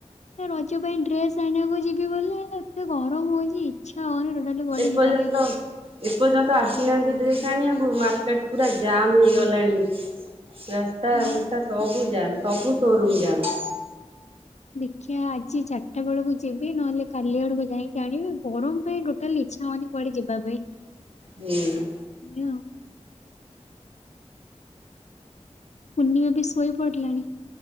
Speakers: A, on the left; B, on the right.
A: ଏ ରଜ ପାଇଁ ଡ୍ରେସ ଆଣିବାକୁ ଯିବି ବୋଲି ଏତେ ଗରମ ହୋଉଚି। ଇଛା ହଉନି ଟୋଟାଲି। କୁଆଡେ
B: ଏ ପର୍ଯ୍ୟନ୍ତ
A: ଯିବା ପାଇଁ।
B: ଏପର୍ଯ୍ୟନ୍ତ ଆସିନାହାନ୍ତି ଡ୍ରେସ ଆଣିବାକୁ ମାର୍କେଟ ପୁରା ଜାମ୍ ହେଇଗଲାଣି। ରାସ୍ତା
A: ହଁ
B: ଫାସ୍ତା
A: ବା
B: ସବୁ ଯାମ୍ ସବୁ ସୋରୁମ ଯାମ୍।
A: ଦେଖିଆ ଆଜି ଚାରିଟା ବେଳକୁ ଯିବି ନହେଲେ କାଲି ଆଡକୁ ଯାଇଁକି ଆଣିବି ଗରମ ପାଇଁ ଟୋ ଟାଲି ଇଚ୍ଛା ହଉନି କୁଆଡେ ଯିବା ପାଇଁ।
B: ହୁଁ।
A: ଏୟା ଆଉ। କୁନି ବେବି ଶୋଇ ପଡ଼ିଲାଣି।